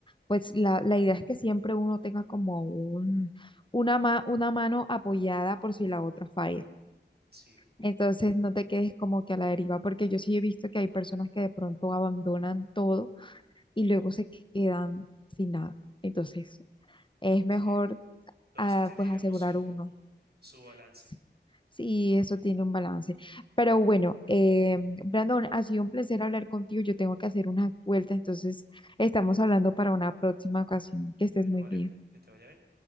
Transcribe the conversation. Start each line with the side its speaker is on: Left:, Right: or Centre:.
Left: Pues la, la idea es que siempre uno tenga como un, una, ma- una mano apoyada por si la otra falla.
Right: Sí,
Left: Entonces no te quedes como que a la deriva, porque yo sí he visto que hay personas que de pronto abandonan todo y luego se quedan sin nada. Entonces es mejor
Right: sí. Todo
Left: ah,
Right: eso tiene,
Left: pues
Right: digamos,
Left: asegurar
Right: su,
Left: uno.
Right: su balance.
Left: Sí, sí, eso tiene un balance. Pero bueno, eh, Brandon, ha sido un placer hablar contigo. Yo tengo que hacer una vuelta, entonces estamos hablando para una próxima ocasión. Que estés
Right: Bueno,
Left: muy
Right: vale,
Left: bien.
Right: que te vaya bien.